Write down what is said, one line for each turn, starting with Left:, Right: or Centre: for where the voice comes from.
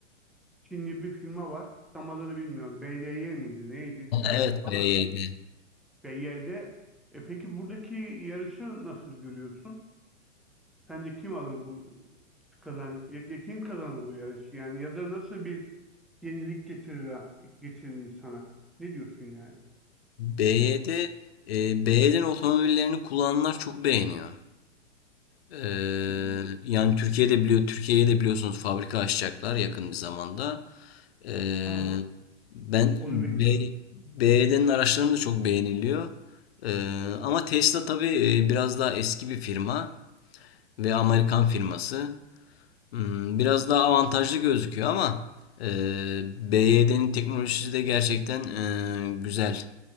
Centre: Çinli bir firma var. Tam adını bilmiyorum. BDY miydi neydi filan
Left: evet
Centre: falan.
Left: BYD.
Centre: BYD. E peki buradaki yarışı nasıl görüyorsun? Sence kim alır bu kazan ya, ya kim kazanır bu yarışı? Yani ya da nasıl bir yenilik getirir getirir insana? Ne diyorsun yani?
Left: BYD, e, BYD'nin otomobillerini kullananlar çok beğeniyor. Ee,
Centre: Hı hı.
Left: yani Türkiye'de biliyor, Türkiye'ye de biliyorsunuz fabrika açacaklar yakın bir zamanda. Ee,
Centre: Ha,
Left: ben
Centre: onu
Left: B,
Centre: bilmiyordum.
Left: B BYD'nin araçlarını da çok beğeniliyor. Ee, ama Tesla tabii e, biraz daha eski bir firma ve Amerikan firması. Hmm, biraz daha avantajlı gözüküyor ama e, BYD'nin teknolojisi de gerçekten e, güzel.